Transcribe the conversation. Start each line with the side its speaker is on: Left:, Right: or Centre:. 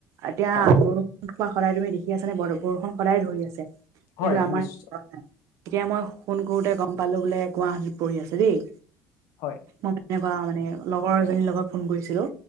Right: এতিয়া
Left: হয়
Right: বৰুষ টোপা সদায় তুমি দেখি আছা নে বৰ- বৰষুণ সদায় ধৰি আছে
Left: হয়
Right: এইটো আমাৰ
Left: নিশ্চয়
Right: নাই এতিয়া মই শুণ কৰোতে গম পালো বোলে গুৱাহাটীত পৰি আছে দেই
Left: হয়
Right: মই এনেকুৱা মানে লগৰ এজনীৰ লগত ফোন কৰিছিলোঁ